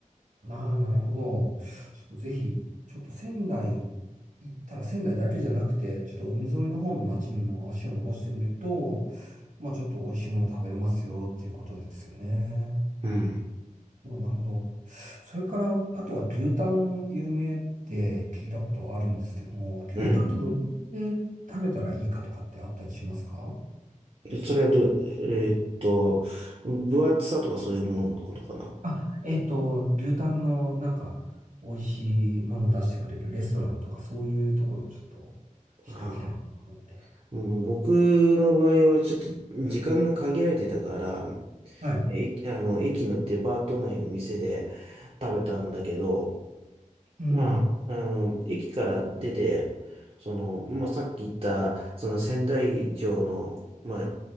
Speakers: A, on the right; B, on the right.
A: ああ、なるほど。ちょっとぜひ、ちょっと仙台行ったら仙台だけじゃなくて、ちょっと海沿いの方の町にも足を伸ばしてみると、まあちょっと美味しいもの食べれますよっていうことですよね。
B: うん。
A: おなるほど。それから、あとは牛タン有名って聞いたことあるんですけども、牛タンってどれで食べたらいいかとかってあったりしますか
B: うん。でそれはどう、えーっと、分厚さとかそういうものことかな。
A: あ、えっと、牛タンのなんか美味しいもの出してくれるレストランとかそういうところをちょっと知っておきたいなと思って。
B: ああ。うん僕の場合はちょっと時間が限られてたから、ね
A: はい。
B: 駅、あの、駅のデパート内の店で食べたんだけど、
A: うん。
B: まあ、あの、駅から出て、その、まあ、さっき言った、その仙台城の、まあ、